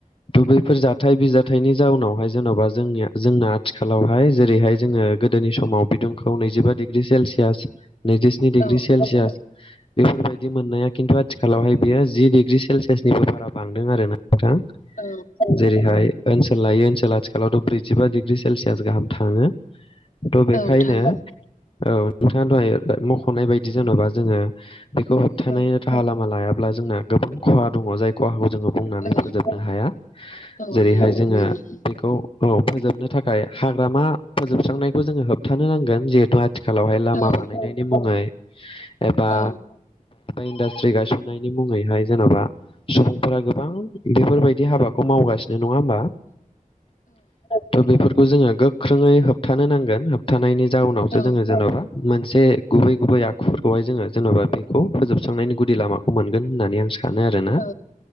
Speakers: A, on the left (about 35°); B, on the left (about 65°).
A: बैफोर जाथाय बिजथायाइनि जाउनावहाय जेन'बा जोंनिया जोंना आथिखालावहाय जेरैहाय जोङो गोदोनि समाव बिदुंखौ नैजिबा डिग्रि सेलसियास नैजिस्नि डिग्रि
B: औ
A: सेलसियास बेफोरबायदि मोननाया खिन्थु आथिखालावहाय बियो जि डिग्रि सेलसियासनिबो बारा बांदों आर ना
B: औ
A: <unintelligible> जेरैहाय ओनसोल लायो ओनसोल आथिखालावथ' ब्रैजिबा डिग्रि सेलसियास गाहाम थाङो थ' बेखायनो
B: औ थाङो
A: औ नोंथाङा दहाय मख'नाय बायदि जेन'बा जोङो बेखौ होबथानायनि
B: औ
A: राहा लामा लायाब्ला जोंना गोबां खहा दङ जाय खहाखौ जोङो बुंनानै
B: औ
A: फोजोबनो हाया
B: औ
A: जेरैहाय
B: बुंनानै
A: जोङो
B: फोजोबनो
A: बेखौ औ फोजोबनो थाखाय हाग्रामा फोजोबस्रांनायखौ जोङो होबथानो नांगोन जिहेतु आथिखालावहाय लामा
B: हाया औ
A: बानायनायनि बे एबा
B: औ
A: इन्डास्ट्रि गायसननायनि मुङैहाय जेन'बा सुबुंफोरा गोबां बेफोरबायदि हाबाखौ मावगा सिनो नङा होमबा? थ' बेफोरखौ जोङो गोख्रोङै होबथानो नांगोन होबथानायनि जाउनावसो
B: औ
A: जोङो जेन'बा मोनसे गुबै गुबै आखुफोरखौहाय जोङो जेन'बा बेखौ फोजोबस्रांनायनि गुदि लामाखौ मोनगोन होननानै आं सानो सानो आरो ना
B: औ